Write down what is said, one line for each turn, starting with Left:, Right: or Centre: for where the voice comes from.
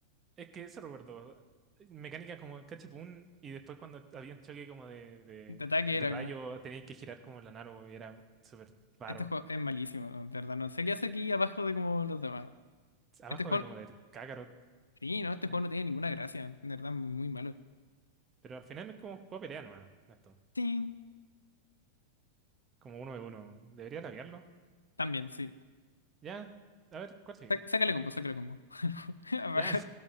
Right: es que eso recuerdo. Mecánica como cachipún y después cuando había un choque como de, de,
Left: De ataque
Right: de
Left: era
Right: rayo
Left: como.
Right: tenía que girar como la naro y era súper raro.
Left: Este juego es malísimo, ¿no? de verdad. No sé qué hace aquí abajo de como los demás.
Right: Abajo
Left: Este juego.
Right: de como del Kakarot.
Left: Sí, no, este
Right: eh,
Left: juego no tiene ninguna gracia. De verdad, muy malo.
Right: Pero al final es como un juego de pelea nomás, esto
Left: Sí,
Right: Como uno de uno. Debería labiarlo.
Left: también, sí.
Right: Ya, a ver, ¿cuál sigue?
Left: Sá- Sácale combo, sácale combo. <laughs> Abajo,
Right: Ya.